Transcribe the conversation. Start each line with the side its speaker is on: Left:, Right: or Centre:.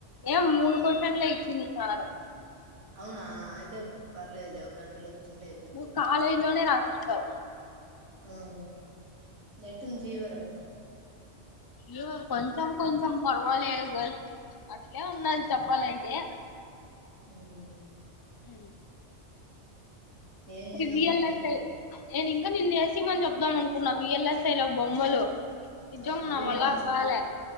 Left: ఏ మూర్
Right: ఆ
Left: కోషన్ల ఇచ్చ న సకం
Right: అవునా అయితే పర్లేదులే ఒక గంటలో కూర్చుంటే అయిపోతుది
Left: నువ్వు కాలేజ్ లోనే రాసేస్తావు
Right: హమ్ ఎట్ంది ఫీవర్
Left: య్యో కొంచెం కొంచెం పర్వాలి గ అట్లే ఉండాలి చెప్పాలంటే
Right: హమ్
Left: హ
Right: ఏన్ దిన
Left: విఎల్ఎస్ఐ
Right: మధ్యాహ్నం
Left: నేను ఇంకా నిన్నేసిమని చెబదాం అనుకున్నా ఈఎల్ఎస్ఐ లో బొమ్మలు నిజోంగా
Right: ఆ అడిగిండాల్సిందే
Left: న మళ కాలే